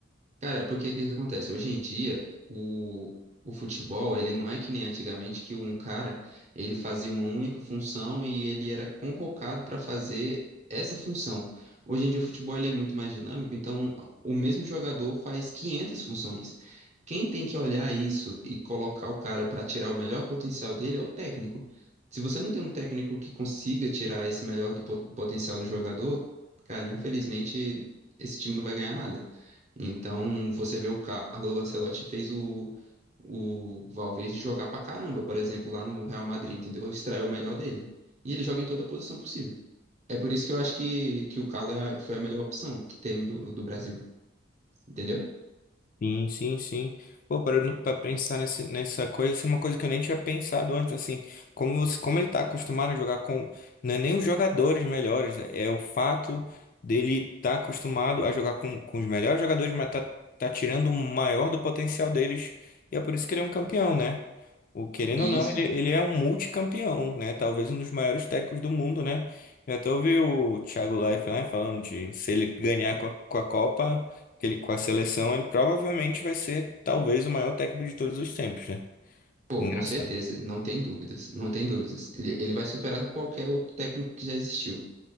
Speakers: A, on the right; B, on the left.
A: Cara, é porque o que que acontece? Hoje em dia, o, o futebol, ele não é que nem antigamente que um cara, ele fazia uma única função e ele era convocado para fazer essa função. Hoje em dia o futebol ele é muito mais dinâmico, então o mesmo jogador faz 500 funções. Quem tem que olhar isso e colocar o cara para tirar o melhor potencial dele é o técnico. Se você não tem um técnico que consiga tirar esse melhor do po- potencial do jogador, cara, infelizmente esse time não vai ganhar nada. Então, você vê o Carlo Ancelotti fez o, o Valverde jogar pra caramba, por exemplo, lá no Real Madrid, entendeu? Extraiu o melhor dele. E ele joga em toda posição possível. É por isso que eu acho que, que o Carlo é- foi a melhor opção que tem do, do Brasil, entendeu?
B: Sim, sim, sim. Pô, para para pensar nesse, nessa coisa, isso é uma coisa que eu nem tinha pensado antes, assim, como você, como ele tá acostumado a jogar com, não é nem os jogadores melhores, é, é o fato dele tá acostumado a jogar com, com os melhores jogadores, mas tá, tá tirando o maior do potencial deles, e é por isso que ele é um campeão, né? O, querendo
A: E
B: ou não,
A: isso,
B: ele, ele é um multicampeão, né? Talvez um dos maiores técnicos do mundo, né? Eu até ouvi o Thiago Leifert, né, falando de se ele ganhar com a, com a Copa que ele- com a seleção, ele provavelmente vai ser talvez o maior técnico de todos os tempos, né?
A: pô,
B: Engraçado.
A: com certeza, não tem dúvidas, não tem dúvidas. Ele, ele vai superar qualquer outro técnico que já existiu,